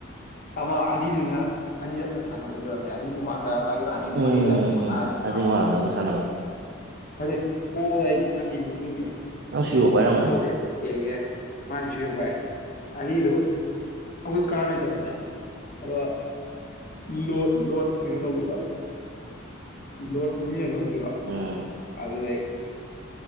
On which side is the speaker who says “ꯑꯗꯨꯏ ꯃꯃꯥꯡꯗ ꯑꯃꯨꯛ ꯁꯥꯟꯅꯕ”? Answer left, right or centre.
Right